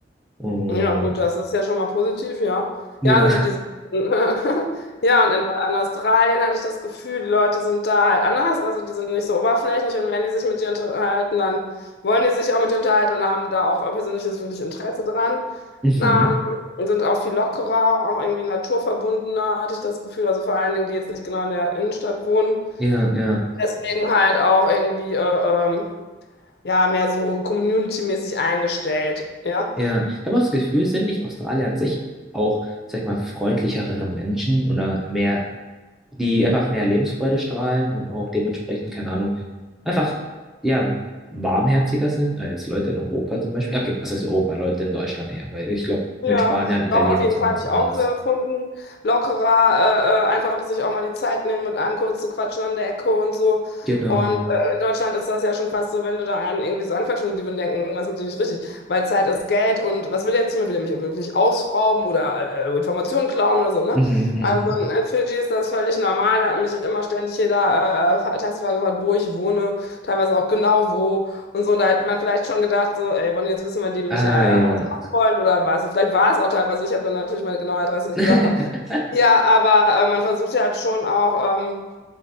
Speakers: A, in the centre; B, on the left.
A: Oh,
B: Ja, gut, das ist ja schon mal positiv, ja.
A: ja,
B: Ja, also diese, <laughs> ja, und in, in Australien hatte ich das Gefühl, die Leute sind da halt anders, also die sind nicht so oberflächlich und wenn die sich mit dir unterhalten, dann wollen die sich auch mit dir unterhalten und haben da auch persönliches wirklich Interesse dran.
A: <laughs> mhm.
B: Ähm, und sind auch viel lockerer, auch irgendwie naturverbundener, hatte ich das Gefühl. Also vor allen Dingen, die jetzt nicht genau in der Innenstadt wohnen.
A: Ja, ja,
B: Deswegen halt auch irgendwie äh, ähm, ja, mehr so community-mäßig eingestellt. Ja.
A: ja. Ich habe auch das Gefühl, sind nicht Australier an sich auch, sag ich mal, freundlichere Menschen oder mehr, die einfach mehr Lebensfreude strahlen und auch dementsprechend, keine Ahnung, einfach, ja, warmherziger sind als Leute in Europa zum Beispiel. Okay, was heißt Europa? Leute in Deutschland eher, weil ich glaube, mit
B: Ja,
A: Spaniern, Italienern
B: doch, auf jeden
A: ist
B: Fall
A: auch noch
B: habe
A: was
B: ich
A: anderes.
B: auch so empfunden. Lockerer, äh, äh, einfach sich auch mal die Zeit nehmen, mit einem kurz zu quatschen an der Ecke und so.
A: Genau.
B: Und äh, in Deutschland ist das ja schon fast so, wenn du da einen irgendwie so anquatschst und die würden denken, irgendwas mit dir nicht richtig. Weil Zeit ist Geld und was will der jetzt von mir? Will der mich ja wirklich ausrauben oder äh, Informationen klauen oder so, ne?
A: Mhm, mhm.
B: Also in, in Fidschi ist das völlig normal. Da hat mich immer ständig jeder äh, äh, Taxifahrer gefragt, wo ich wohne, teilweise auch genau wo und so. Und da hätte man vielleicht schon gedacht, so, ey, wollen die jetzt wissen, wenn die mich
A: Ah,
B: äh,
A: ja.
B: äh, wollen oder was. Vielleicht war es auch teilweise so, ich habe dann natürlich meine genaue Adresse nicht
A: <laughs>
B: gesagt, aber ja, aber äh, man versucht ja halt schon auch, ähm,